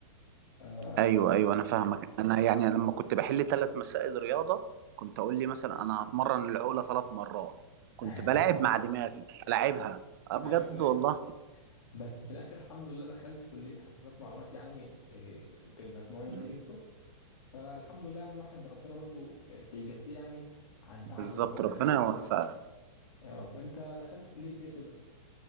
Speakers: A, on the left; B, on the right.
A: آه...
B: ايوه ايوه انا فاهمك انا يعني لما كنت بحل ثلاث مسائل رياضه كنت اقول لي مثلا انا هتمرن العقله ثلاث مرات كنت
A: <laughs>
B: بلاعب مع دماغي العبها اه بجد
A: ايوه ايوه
B: والله
A: بس في الاخر الحمد لله دخلت كليه حاسبات معلومات يعني إيه، بالمجموع اللي
B: مم.
A: انا جبته فالحمد لله يعني واحد ربنا برضو إيه، بيجازيه يعني عن تعبه
B: بالظبط
A: اللي هو
B: ربنا
A: ايه
B: يوفقك
A: يا رب انت دخلت كليه ايه كده